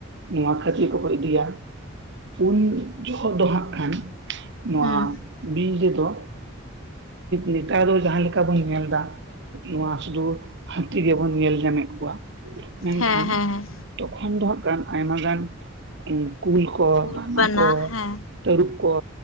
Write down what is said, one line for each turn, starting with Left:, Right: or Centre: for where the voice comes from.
Right: ᱱᱚᱣᱟ ᱠᱷᱟᱹᱛᱤᱨ ᱠᱚ ᱵᱚᱡ ᱤᱫᱤᱭᱟ ᱩᱱ ᱡᱚᱦᱚᱜ ᱫᱚ ᱦᱟᱸᱜ ᱠᱷᱟᱱ ᱱᱚᱣᱟ
Left: ᱦᱩᱸ
Right: ᱵᱤᱨ ᱨᱮᱫᱚ ᱱᱮᱛᱟᱨ ᱫᱚ ᱡᱟᱦᱟᱸ ᱞᱮᱠᱟ ᱵᱚᱱ ᱧᱮᱞ ᱫᱟ ᱱᱚᱣᱟ ᱥᱩᱫᱩ ᱦᱟᱹᱛᱤ ᱜᱮᱵᱚᱱ ᱧᱮᱞ ᱧᱟᱢᱮᱫ ᱠᱚᱣᱟ ᱾ ᱢᱮᱱᱠᱷᱟᱱ
Left: ᱦᱮᱸ ᱦᱮᱸ ᱦᱮᱸ
Right: ᱛᱚᱠᱷᱚᱱ ᱫᱚ ᱦᱟᱸᱜ ᱠᱷᱟᱱ ᱟᱭᱢᱟ ᱜᱟᱱ ᱠᱩᱞ ᱠᱚ
Left: ᱠᱩᱞ
Right: ᱵᱟᱱᱟ ᱠᱚ
Left: ᱦᱮᱸ
Right: ᱛᱟᱹᱨᱩᱵ ᱠᱚ